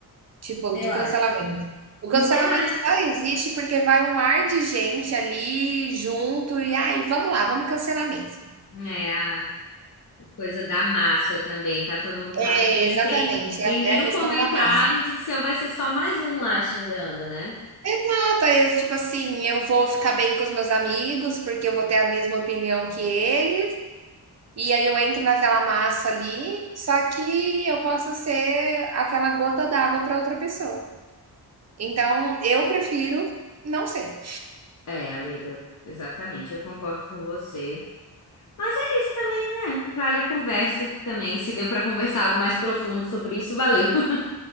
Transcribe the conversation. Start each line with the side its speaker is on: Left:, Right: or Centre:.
Right: Tipo,
Left: eu
Right: de
Left: acho.
Right: cancelamento. O cancelamento
Left: <clears throat> Eu acho.
Right: só existe porque vai um mar de gente ali junto e aí, vamos lá, vamos cancelar mesmo.
Left: É, a coisa da massa também, tá todo mundo fazendo.
Right: É, exatamente,
Left: Tem, tem
Right: é a,
Left: mil
Right: é a questão
Left: comentários,
Right: da massa.
Left: o seu vai ser só mais um lá xingando, né?
Right: Ah, Thaís, tipo assim, eu vou ficar bem com os meus amigos porque eu vou ter a mesma opinião que eles. E aí eu entro naquela massa ali, só que eu posso ser aquela gota d'água para outra pessoa. Então, eu prefiro não ser.
Left: É, amiga, exatamente, eu concordo com você. Mas é isso também, né? Vale a conversa também. Se deu pra conversar algo mais profundo sobre isso, valeu. <laughs>